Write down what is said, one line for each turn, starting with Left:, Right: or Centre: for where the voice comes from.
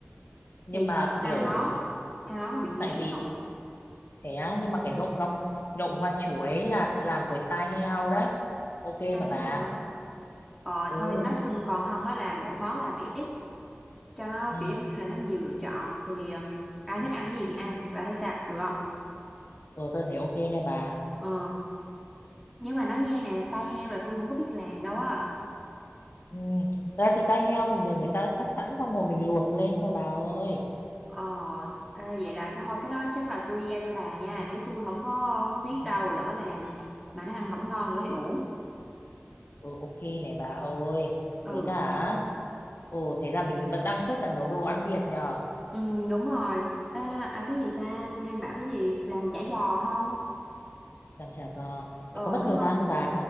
Left: Nhưng
Centre: thì
Left: mà
Centre: sợ là
Left: kiểu
Centre: hai món
Left: mình
Centre: hai món nó bị ngán
Left: tại vì
Centre: không
Left: thế á, nhưng mà cái nộm rong nộm hoa chuối là làm với tai heo đấy. Ok
Centre: hai
Left: mà bà.
Centre: heo nữa ờ
Left: Ừ.
Centre: thôi nói chung còn không á là mỗi món làm ít ít cho nó
Left: Ừ.
Centre: kiểu giống như là nó nhiều lựa chọn thì um, ai thích
Left: Ừ,
Centre: ăn cái gì thì ăn và thấy sao được không
Left: Ừ, tôi thấy ok nha bà.
Centre: ờ nhưng mà nói nghe nè tai heo là tôi không có biết làm đâu á
Left: Ừ. Thật ra thì tai heo thì nhờ người ta cắt sẵn xong rồi mình luộc lên thôi bà ơi.
Centre: ờ à, vậy là cái thôi cái đó chắc là tôi giao cho bà nha chứ tôi không có không có biết
Left: Ừ,
Centre: đâu lỡ làm mà nó ăn không ngon nữa thì uổng
Left: Ừ, ok này bà ơi.
Centre: ừ
Left: Với cả, ồ thế là mình vẫn đang chốt là nấu đồ ăn Việt nhờ.
Centre: ừ đúng rồi à, à cái gì ta tôi đang bảo cái gì làm chả giò không
Left: Làm chả giò.
Centre: ờ
Left: Thế có mất
Centre: mấy
Left: thời
Centre: con
Left: gian không bà?